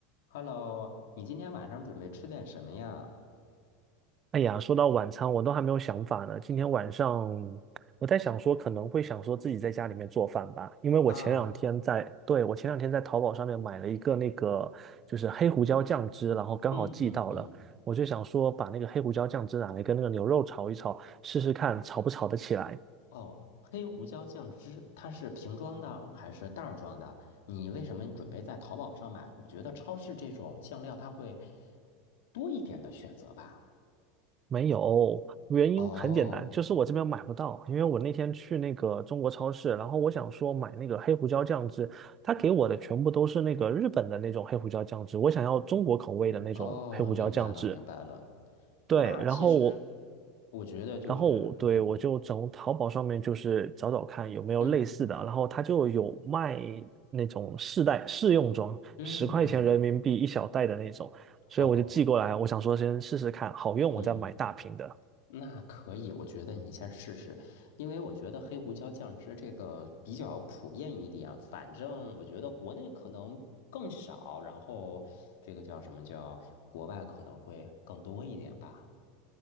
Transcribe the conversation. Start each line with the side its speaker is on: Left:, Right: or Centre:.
Left: Hello，你今天晚上准备吃点什么呀？
Right: 哎呀，说到晚餐，我都还没有想法呢。今天晚上我在想说，可能会想说自己在家里面做饭吧，因为我前两天在，
Left: 啊，
Right: 对，我前两天在淘宝上面买了一个那个就是黑胡椒酱汁，然后刚好寄到了，
Left: 嗯嗯嗯，
Right: 我就想说把那个黑胡椒酱汁拿来跟那个牛肉炒一炒，试试看炒不炒得起来。
Left: 哦，黑胡椒酱汁，它是瓶装的还是袋儿装的？你为什么你准备在淘宝上买？我觉得超市这种酱料它会多一点的选择吧。
Right: 没有，原因很简单，
Left: 哦
Right: 就是我这边买不到，因为我那天去那个中国超市，然后我想说买那个黑胡椒酱汁，他给我的全部都是那个日本的那种黑胡椒酱汁，我想要中国口味的那种黑胡椒酱汁。
Left: 哦，明白了明白了。那其实
Right: 对，然后我，
Left: 我觉得就是，
Right: 然后我，对，
Left: 嗯
Right: 我就从淘宝上面就是找找看有没有类似的，
Left: 嗯
Right: 然后他就有卖那种试袋试用装，
Left: 嗯嗯，
Right: 十块钱人民币一小袋的那种，所以我就寄过来，
Left: 哦，
Right: 我想说先试试看，好用我再买大瓶的。
Left: 嗯。那可以，我觉得你先试试，因为我觉得黑胡椒酱汁这个比较普遍一点，反正我觉得国内可能更少，然后这个叫什么叫国外可能会更多一点吧。